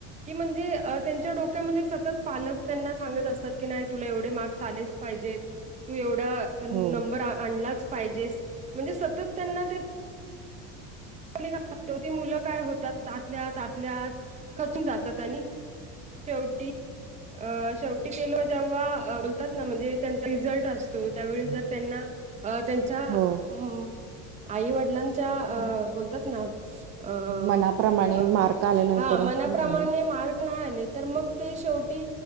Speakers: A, on the right (about 20°); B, on the right (about 45°).
A: की म्हणजे अ त्यांच्या डोक्यामध्ये सतत पालक त्यांना सांगत असतात की नाही तुला एवढे मार्क्स- आलेच पाहिजे तू एवढा नंबर
B: हो
A: आ- आणलाच पाहिजेस म्हणजे सतत त्यांना ते <unintelligible> मुलं काय होतात आतल्याआत आतल्याआत खचून जातात आणि शेवटी अ शेवटी तेलो आ जेव्हा बोलतात ना म्हणजे त्यांचा रिझल्ट असतो त्यावेळी जर त्यांना अ त्यांच्या
B: हो
A: अम्म आईवडिलांच्या अ बोलतात ना अ
B: मनाप्रमाणे मार्क आले नाही
A: हा
B: तर
A: मनाप्रमाणे
B: हम्म,
A: मार्क नाही आलेत. तर मग ते शेवटी